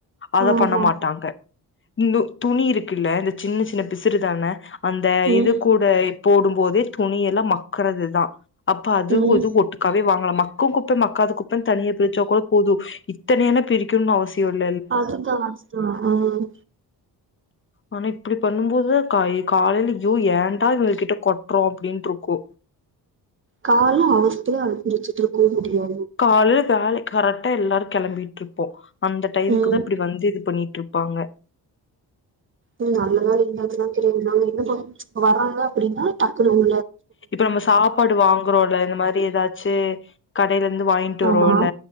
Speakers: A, on the left; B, on the right.
A: அத
B: ஆமா
A: பண்ண மாட்டாங்க இந்து துணி இருக்குல்ல இந்த சின்ன சின்ன பிசுறுதான அந்த
B: ம்
A: இது கூட இப் போடும் போதே துணியல்ல மக்குறது தா அப்ப அது
B: ம்
A: இது ஒட்டுக்காவே வாங்கலமா மக்கு குப்பை மக்காத குப்பன் தனியா பிரிச்சா கூட போது இத்தனையான பிரிக்கணுன் அவசிய இல்
B: அதுதா அதுதா உம்
A: ஆனா இப்டி பண்ணும்போது காலைல யோ ஏண்டா இவுங்க கிட்ட கொட்றோ அப்டின்ட்ருக்கு
B: கால்ல அவசத்துல அத பிரிச்சிட்ருக்கவு முடியா
A: காலைல‌ வேலை கரெக்டா எல்லாரும் கிளம்பிட்டு இருப்போம் அந்த டைமுக்கு
B: ம்
A: தான் இப்டி வந்து இது பண்ணிட்டு இருப் பாங்க
B: உம் நல்லதா இருங்கதுல்லாம் தெரியாது நாங்க என்ன வராங்க அப்டின்னா டக்குணும்
A: இப்ப நம்ம சாப்பாடு வாங்குறோம்ல இந்த மாரி ஏதாச்சு கடையில இருந்து வாங்கிட்டு
B: ஆமா
A: வருவேல்ல